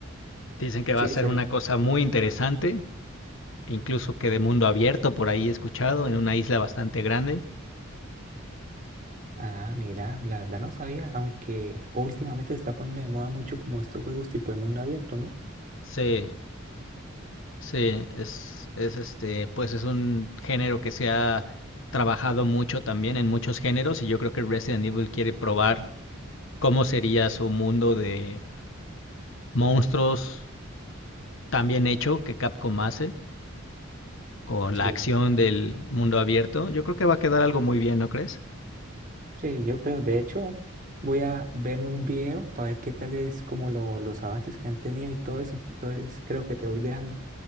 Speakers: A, on the left; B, on the right.
A: Dicen que va
B: Sí,
A: a ser
B: será.
A: una cosa muy interesante, e incluso que de mundo abierto por ahí he escuchado, en una isla bastante grande.
B: Ah, mira, la verdad no sabía, aunque últimamente se está poniendo de moda mucho como estos juegos tipo de mundo abierto, ¿no?
A: Sí, Sí, es, es este, pues es un género que se ha trabajado mucho también en muchos géneros y yo creo que Resident Evil quiere probar cómo sería su mundo de monstruos tan bien hecho que Capcom hace con
B: Sí.
A: la acción del mundo abierto. Yo creo que va a quedar algo muy bien, ¿no crees?
B: Sí, yo creo, de hecho, voy a verme un video para ver qué tal es como lo- los avances que han tenido y todo eso. Entonces, creo que te voy dejando.